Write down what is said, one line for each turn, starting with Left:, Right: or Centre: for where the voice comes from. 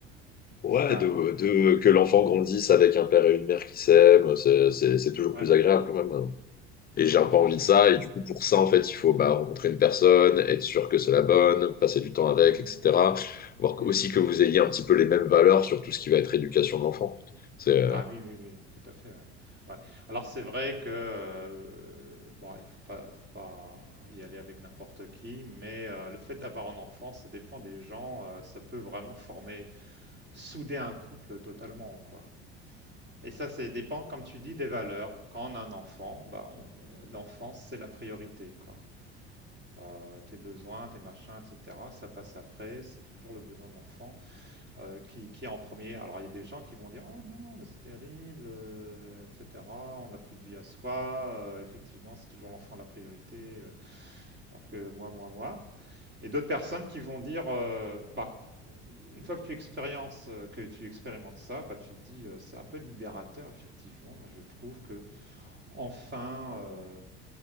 Left: ouais,
Right: Stable.
Left: de,
Right: euh,
Left: de- que l'enfant
Right: ouais.
Left: grandisse avec un père et une mère qui s'aiment. C'est c'est- c'est toujours
Right: Ouais.
Left: plus agréable quand même. hein. Et
Right: Ah
Left: j'ai un
Right: bah
Left: peu
Right: bien
Left: envie
Right: sûr.
Left: de ça.
Right: ouais.
Left: Et du coup, pour ça, en fait, il faut bah, rencontrer une personne, être sûr que c'est la bonne, passer du temps avec,
Right: Mhm.
Left: etc. Voir
Right: Mhm.
Left: aussi que vous ayez un petit peu les mêmes valeurs sur tout ce qui va être éducation de l'enfant. C'est.
Right: Ah oui, oui, oui, tout à fait. ouais. Ouais. Alors c'est vrai que euh, bon, il faut pas, faut pas y aller avec n'importe qui, mais euh, le fait d'avoir un enfant, ça dépend des gens. euh, ça peut vraiment former, souder un couple totalement, quoi. Et ça, ça dépend, comme tu dis, des valeurs. Quand on a un enfant, bah, on- euh, l'enfant, c'est la priorité, quoi. euh, tes besoins, tes machins, etc. Ça passe après, c'est toujours le besoin de l'enfant euh, qui, qui est en premier. Alors il y a des gens qui vont dire Ah non, mais c'est terrible, euh, etc. On n'a plus de vie à soi, euh, effectivement, c'est toujours l'enfant la priorité, euh, alors que moi, moi, moi. Et d'autres personnes qui vont dire euh, Bah, une fois que tu expériences, euh, que tu expérimentes ça, bah, tu te dis euh, c'est un peu libérateur, effectivement. Moi, je trouve que enfin, euh,